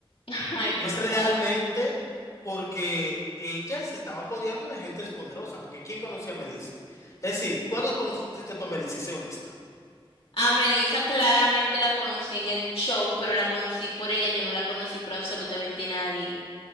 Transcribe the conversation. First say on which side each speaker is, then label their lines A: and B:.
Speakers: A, on the left; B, on the left.
A: <laughs> Ay, por
B: Es realmente
A: favor.
B: porque ella se estaba codeando de gente poderosa, porque ¿quién conocía a Melissa? Es decir, ¿cuándo conociste tú a Melissa? Y Sé honesta.
A: A Melissa claramente la conocí en el show, pero la conocí por ella, yo no la conocí por absolutamente nadie.